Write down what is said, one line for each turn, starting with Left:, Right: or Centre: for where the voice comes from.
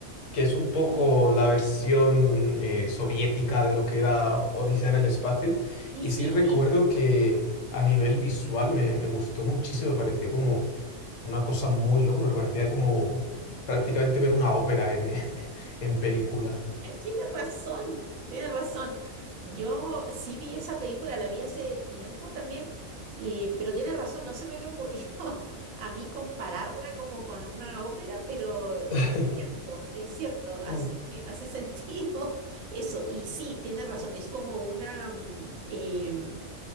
Left: que es un poco
Right: sí,
Left: la versión eh, soviética de lo que era Odisea en el espacio.
Right: sí,
Left: Y
Right: sí,
Left: sí recuerdo
Right: sí,
Left: que a nivel visual me, me gustó muchísimo, me pareció como una cosa muy loca, pero parecía como prácticamente ver una ópera en, <laughs> en película.
Right: <laughs> Tiene razón, tiene razón. Yo sí vi esa película, la vi hace tiempo también, eh, pero tiene razón, no se me había ocurrido <laughs> a mí compararla como con una ópera, pero es
Left: <laughs>
Right: cierto, es cierto, hace,
Left: Mm.
Right: hace sentido <laughs> eso. Y sí, tiene razón, es como una... mm, eh,